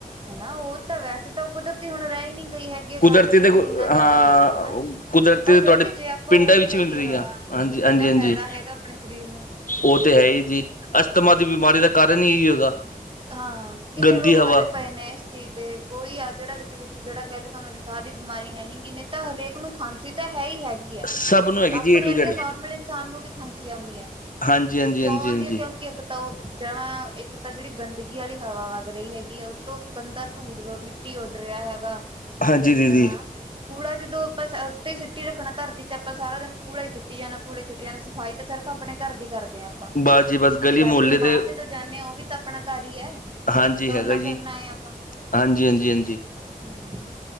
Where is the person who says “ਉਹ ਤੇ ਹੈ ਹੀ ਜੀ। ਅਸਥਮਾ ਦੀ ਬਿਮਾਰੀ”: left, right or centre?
Left